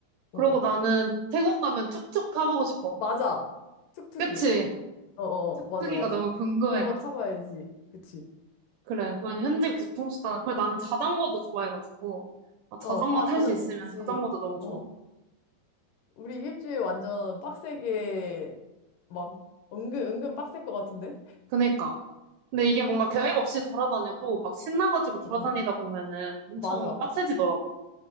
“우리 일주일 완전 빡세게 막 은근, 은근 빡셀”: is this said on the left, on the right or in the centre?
Left